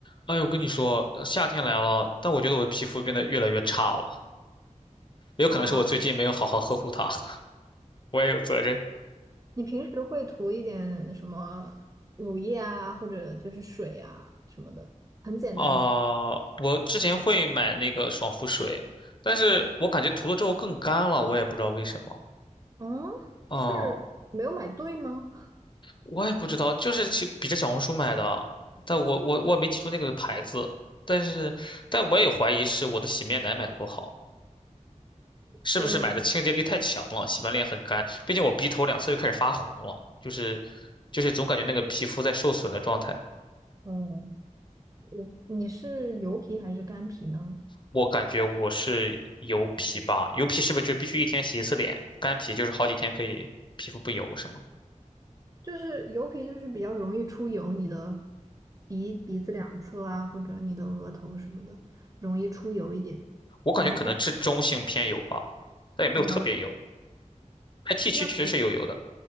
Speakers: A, on the left (about 40°); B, on the right (about 25°).
A: 哎呦，跟你说，呃夏天来了，但我觉得我的皮肤变得越来越差了，也有可能是我最近没有好好呵护它，
B: 啊，
A: <laughs> 我也有责任。
B: 你平时会涂一点什么乳液啊，或者就是水啊什么的，很简单的。
A: 啊、我之前会买那个爽肤水，但是我感觉涂了之后更干了，我也不知道为什么。
B: 嗯，
A: 嗯，
B: 是没有买对吗？
A: 我也不知道，就是去比着小红书买的，但我我我没记住那个牌子，但是但我也有怀疑是我的洗面奶买的不好。是不是买的清洁力太强了，
B: 我，
A: 洗完脸很干，并且我鼻头两侧又开始发红了，就是就是总感觉那个皮肤在受损的状态。
B: 嗯，我，你是油皮还是干皮呢？
A: 我感觉我是油皮吧，油皮是不是就必须一天洗一次脸？干皮就是好几天可以皮肤不油是吗？
B: 就是油皮就是比较容易出油，你的鼻鼻子两侧啊，或者你的额头什么的，容易出油一点。
A: 我感觉可能是中性偏油吧，
B: 然后干，
A: 但也没有特别油。
B: 哦，
A: 那 T 区确实是有油的，
B: 那可